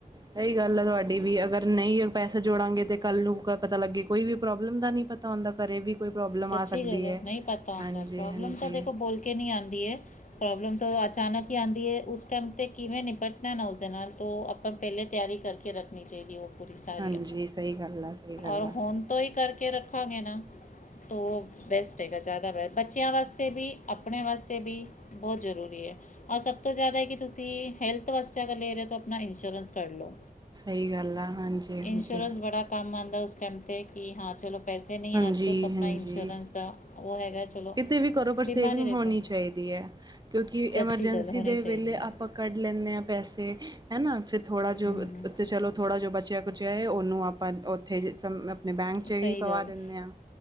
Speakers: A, on the right; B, on the left.
A: ਸਹੀ ਗੱਲ ਹੈ ਤੁਹਾ ਵੀ ਅਗਰ ਨਹੀਂ ਪੈਸਾ ਜੋੜਾਂਗੇ, ਤੇ ਕੱਲ੍ਹ ਨੂੰ ਪਤਾ ਲੱਗੇ ਕੋਈ ਵੀ, ਪ੍ਰੋਬਲਮ ਦਾ ਨੀ ਪਤਾ ਤਾਂ ਉਹਦਾ ਘਰੇ ਵੀ ਕੋਈ ਪ੍ਰੋਬਲਮ
B: ਸੱਚੀ
A: ਆ ਸਕਦੀ
B: ਗੱਲ
A: ਹੈ,
B: ਨਹੀਂ ਪਤਾ ਹੁੰਦਾ
A: ਹਾਂਜੀ-ਹਾਂਜੀ
B: ਪ੍ਰੋਬਲਮ ਤਾਂ ਦੇਖੋ ਬੋਲ ਕੇ ਨਹੀਂ ਆਉਂਦੀ ਹੈ, ਪ੍ਰੋਬਲਮ ਤਾਂ ਅਚਾਨਕ ਹੀ ਆਉਂਦੀ ਹੈ, ਉਸ ਟਾਈਮ 'ਤੇ ਕਿਵੇਂ ਨਿਪਟਣਾ, ਨਾ ਉਸਦੇ ਨਾਲ ਉਹ ਆਪਾਂ ਪਹਿਲੇ ਤਿਆਰੀ ਕਰਕੇ ਰੱਖਣੀ ਚਾਹੀਦੀ ਉਹ ਪੂਰੀ ਸਾਰੀਆਂ
A: ਹਾਂਜੀ ਸਹੀ ਗੱਲ ਆ ਸਹੀ ਗੱਲ
B: ਔਰ
A: ਆ
B: ਹੁਣ ਤੋਂ ਹੀ ਕਰਕੇ ਰੱਖਾਂਗੇ ਨਾ। ਉਹ ਬੈਸਟ ਹੈਗਾ ਜ਼ਿਆਦਾ ਬੈਸਟ ਬੱਚਿਆਂ ਵਾਸਤੇ ਵੀ ਆਪਣੇ ਵਾਸਤੇ ਵੀ। ਬਹੁਤ ਜ਼ਰੂਰੀ ਹੈ। ਔਰ ਸਭ ਤੋਂ ਜ਼ਿਆਦਾ ਹੈ ਕਿ ਤੁਸੀਂ ਹੈਲਥ ਵਾਸਤੇ ਅਗਲੇਰੇ ਤੋਂ ਆਪਣਾ ਇੰਸ਼ੋਰੈਂਸ ਕਰ ਲਓ।
A: ਸਹੀ ਗੱਲ ਆ ਹਾਂਜੀ ਹਾਂਜੀ
B: ਇੰਸ਼ੋਰੈਂਸ ਬੜਾ ਕੰਮ ਆਉਂਦਾ ਉਸ ਟਾਈਮ ਤੇ ਕਿ ਹਾਂ ਚਲੋ ਪੈਸੇ ਨਹੀਂ
A: ਹਾਂਜੀ
B: ਹਾਥ 'ਚ ਤਾਂ ਆਪਣਾ
A: ਹਾਂਜੀ
B: ਇੰਸ਼ੋਰੈਂਸ ਦਾ ਉਹ ਹੈਗਾ ਚਲੋ
A: ਕਿਤੇ ਵੀ ਕਰੋ ਪਰ ਸੇਵਿੰਗ
B: ਬਿਮਾਰੀ ਦੇਖੋ
A: ਹੋਣੀ ਚਾਹੀਦੀ ਹੈ, ਕਿਉਂਕਿ
B: ਸੱਚੀ
A: ਐਮਰਜੈਂਸੀ
B: ਗੱਲ ਹੋਣੀ
A: ਦੇ
B: ਚਾਹੀਦੀ
A: ਵੇਲੇ
B: ਹੈ
A: ਆਪਾਂ ਕੱਢ ਲੈਂਦੇ ਹਾਂ ਪੈਸੇ ਹੈ ਨਾ ਫਿਰ ਥੋੜ੍ਹਾ ਜੋ
B: ਹਮ
A: ਅਤੇ ਚਲੋ ਥੋੜ੍ਹਾ ਜੋ ਬਚਿਆ। ਔ ਚਾਹੇ ਉਹਨੂੰ ਆਪਾਂ ਉੱਥੇ ਆਪਣੇ ਬੈਂਕ ਚ
B: ਸਹੀ
A: ਹੀ ਪਵਾ
B: ਗੱਲ ਹੈ।
A: ਦਿੰਦੇ ਹਾਂ।